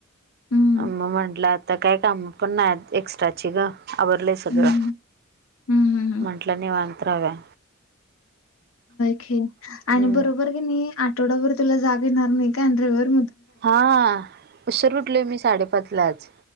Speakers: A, on the left; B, on the right.
A: हं,
B: म्हटला आता काही काम पण नाही एक्स्ट्राची ग आवरडलंय सगळं
A: हं, हं, हं, हं.
B: म्हटलं नि वत राव्या
A: खे
B: हम्म
A: आणि बरोबर क नाही आठवडाभर तुला जाग येणार नाही कांड्रेवर
B: हा उसर उठलोय मी साडेपाच लाच